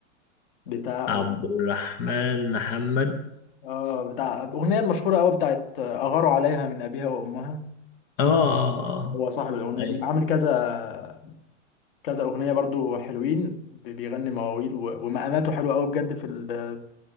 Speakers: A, on the left (about 45°); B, on the left (about 20°).
A: بتاع
B: عبد الرحمن محمد
A: اه بتاع الاغنيه المشهوره قوي بتاعت اغاروا عليها من ابيها وامها
B: اه آه، آه.
A: هو صاحب الاغنيه
B: طيب
A: دي عامل كذا كذا اغنيه برضو حلوين بي- بيغني مواويل و- ومقاماته حلوه قوي بجد في ال-